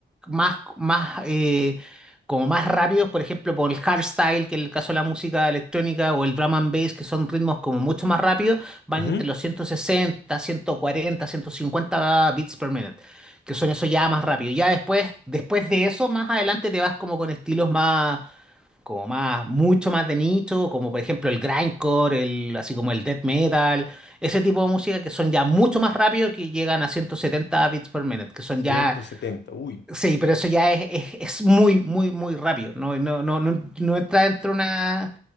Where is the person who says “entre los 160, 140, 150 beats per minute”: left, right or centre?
Centre